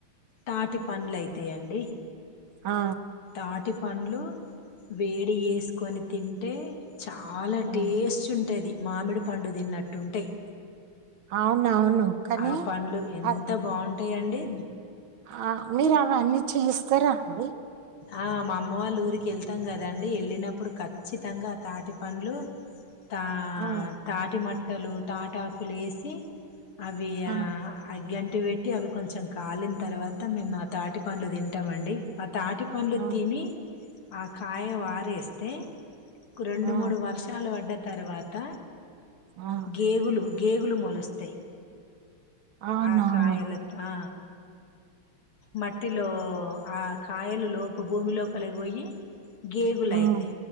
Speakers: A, on the left (about 80°); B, on the right (about 70°).
A: తాటి పండ్లు అయితాయండి
B: ఆ
A: తాటి పండ్లు వేడి వేసుకొని తింటే చాలా
B: ఆ,
A: టేస్ట్ ఉంటుది మామిడి పండు తిన్నట్టుంటాయి
B: అవునవును కానీ
A: ఆ పండ్లు ఎంత
B: ఆ
A: బాగుంటు అట్టేయండి
B: ఆ మీరు అవన్నీ చేయిస్తారా అండి
A: ఆ మా అమ్మ వాళ్ళ ఊరికి వెళ్తాం కదండి వెళ్ళినప్పుడు ఖచ్చితంగా తాటి పండ్లు తా
B: ఆ
A: తాటి మట్ బట్టలు తాటాకులు వేసి అవి
B: ఆ
A: అగంట ఇటి పెట్టి అవి కొంచెం కాలిన తర్వాత మేము ఆ తాటి పండ్లు తింటాం అండి ఆ తాటి పండ్లు
B: ఆ
A: తిని ఆ కాయ వారేస్తే రెండు
B: ఆ
A: మూడు వర్షాలు పడ్డ తర్వాత
B: ఆ
A: గేబులు గేగులు మోలుస్తాయి
B: అవునవును
A: ఆ కాయలత్తా మట్టిలో ఆ కాయలు లోపు భూమిలో లోపలకి పోయి గేగులు అయితై
B: ఉమ్